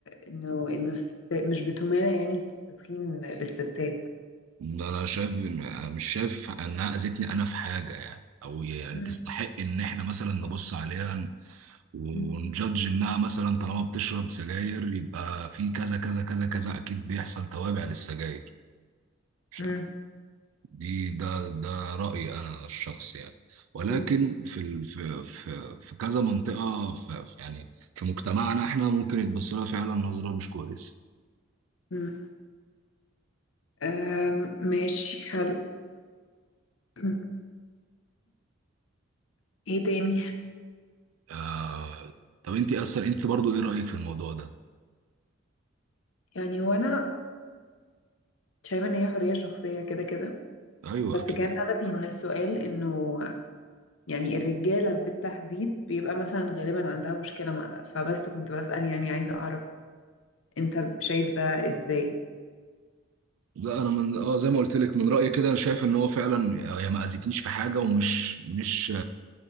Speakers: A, on the left; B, on the right.
A: انه انه الست- مش بتمانع يعني التدخين للستات
B: أنا شايف إن- مش شايف إنها أذتني أنا في حاجة يعني أو يعني
A: مم.
B: تستحق إن إحنا مثلا نبص عليها ونجادج
A: مم.
B: انها مثلا طالما بتشرب سجاير يبقى في كذا كذا كذا كذا اكيد بيحصل توابع للسجاير مش
A: مم.
B: عارف. دي ده ده رأيي أنا الشخصي يعني ولكن
A: مم.
B: في ال... في في في كذا منطقة في في- يعني في مجتمعنا احنا ممكن يتبص لها فعلا نظرة مش كويسة
A: مم. آم، ماشي حلو <clears throat> ايه تاني
B: آه... طب انت اصلا انت برضو ايه رأيك في الموضوع ده؟
A: يعني هو انا شايفة ان هي حرية شخصية كده كده
B: ايوه
A: بس
B: اكيد
A: كان هدفي من السؤال انه يعني الرجالة بالتحديد بيبقى مثلا غالبا عندها مشكلة مع ده فبس كنت بسأل يعني عايزة أعرف أنت شايف ده إزاي
B: لا انا من اه زي ما قلت لك من رأيي كده انا شايف ان هو فعلا هي ما اذتنيش في حاجة ومش مش